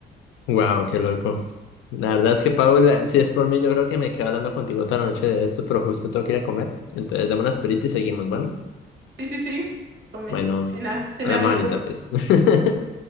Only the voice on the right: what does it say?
Sí, sí, sí, come,
cena, cena
rico.